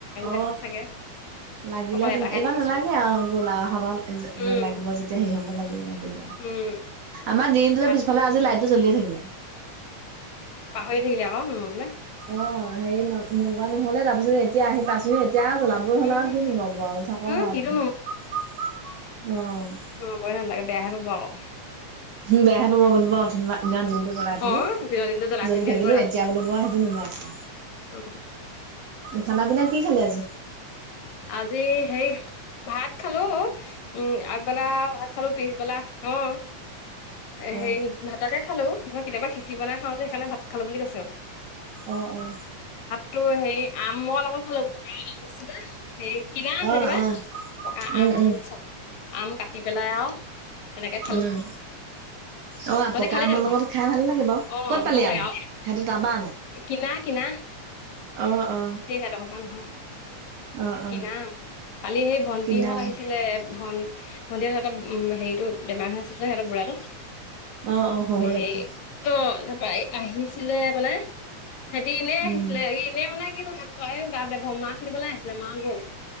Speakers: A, on the right; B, on the left.
A: অ
B: দেখা চাগে
A: লাগিলে
B: অকল
A: হেতেন
B: এটাহে
A: এইবাৰ
B: দেখিছো
A: নালাগে আহ গ'ল হব
B: উম
A: লাগিব যেতিয়া সে হ'ব লাগিব লাগে
B: উম
A: আমাৰ দিনটোতে
B: ভাত
A: পিছফালে আজি লাইটটো জ্বলিয়ে থাকিলে
B: পাহৰিয়ে থাকিলে আক নমাবলে
A: অ হেৰি ন নোৱা নহলে তাৰপিছত এতিয়া আহি পাইছোহি এতিয়া জ্বলাবই হ'ল
B: উম
A: আৰু কি নোমোআমাও বল থাকক
B: উম
A: আৰু
B: কিটো
A: অ <unintelligible>
B: অবই নালাগে বেয়াহে পাব আৰু <unintelligible>
A: বেয়াহে পাব বোলো বা দিদিনা দিনতটো জ্বলাই
B: অ
A: উলো
B: দিনৰ দিনটো জ্বলাই
A: জ্বলি
B: থৈ দিলে
A: থাকিলো
B: বুলিব
A: এতিয়া বোলো ব সেইদিন <unintelligible> <inaudible>
B: অ
A: খানা পিনা কি খালি আজি?
B: আজি সেই ভাত খালো। উম আগবেলা ভাত খালো পিছবেলা অ। এ
A: অ
B: হেৰি ভাতকে খালো নহয় কেতিয়াবা খিঁচি বনাই খাওঁ যে সেইকাৰণে ভাত খালো বুলি কৈছো। <unintelligible>
A: অ অ।
B: তটো হেৰি আম ম লগত খালো পকা আম আছিলে। হেই <unintelligible> কিনা আম
A: অ অ
B: যেনিবা।
A: অ
B: পকা
A: উম
B: আম
A: উম
B: আম কাটি পেলাই আৱ <unintelligible> তেনেকে খালো।
A: উম অ
B: তহতে
A: পকা
B: খালি
A: আমৰ
B: জানো
A: লগত
B: ভাত।
A: খাই ভাল লাগে বাৰু
B: অ
A: ক'ত পালি
B: ভাল লাগে
A: আম
B: অ।
A: সেইটো তাৰপা আনা
B: কিনা কিনা।
A: অ অ
B: সেই হেতৰ ঘপা নহয়।
A: অ
B: কিনাআম।
A: অ
B: কালি সেই ভন্টিহঁত
A: কিনা
B: আহিছিলে ভ ভণ্টিহত। <unintelligible> উম হেইটো বেমাৰ হৈ আছে যে সিহঁতৰ বুঢ়াটো।
A: আম অ অ শহুৰেকটো
B: হে অ। <unintelligible> তাই আহিছিলে মানে। হেতী এনেই আহিছিলে,
A: উম
B: এনেই মানে কিন্তু। <unintelligible> তাইও গা বেয়া মাকনিবলে আহিছিলে মা গ'ল।